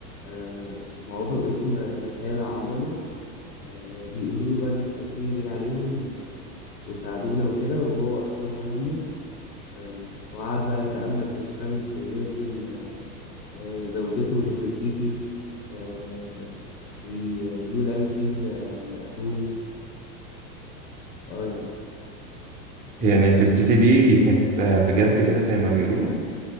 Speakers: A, on the left (about 80°); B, on the right (about 20°).
A: آه، معروفة باسم رسائل عمارنة آه، بيقولوا له بقى إن احنا حاسين جينا عليهم و- وساعدونا وكده وهو أصلا ولا همه آه، وقعد بقى يتأمل في الشمس ويرسم آه، زوجته نفرتيتي آه، وي- ويقول أناشيد ل- لأتون اه يعني
B: يعني نفرتيتي دي كانت بجد كده زي ما بيقولوا